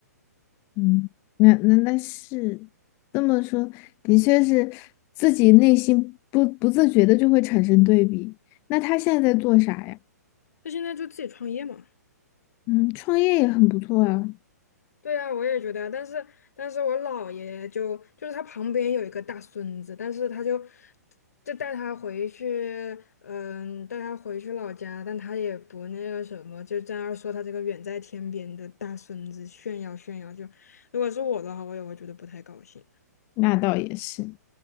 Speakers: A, on the left; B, on the left.
A: 嗯，那那那是这么说，的确是自己内心不不自觉的就会产生对比。那他现在在做啥呀？
B: 他现在就自己创业嘛。
A: 嗯，创业也很不错啊，
B: 对啊，我也觉得啊，但是但是我姥爷就就是他旁边有一个大孙子，但是他就就带他回去，嗯，带他回去老家，但他也不那个什么，就在那儿说他这个远在天边的大孙子炫耀炫耀。就如果是我的话，我也会觉得不太高兴。
A: 那倒也是，